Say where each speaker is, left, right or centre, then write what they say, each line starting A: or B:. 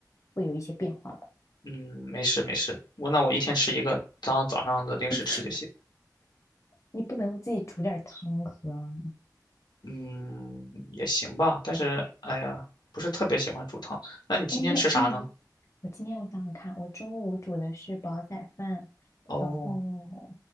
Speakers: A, on the left (about 45°); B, on the left (about 80°).
A: 会有一些变化吧。
B: 嗯，没事没事，我那我一天吃一个，当早上的零食吃就行。
A: <laughs> 你不能自己煮点汤喝啊
B: 嗯，也行吧，但是哎呀，不是特别喜欢煮汤。那你今天吃啥呢？
A: 哎，那那你，我今天我想想看，我中午煮的是煲仔饭，
B: 哦，
A: 然后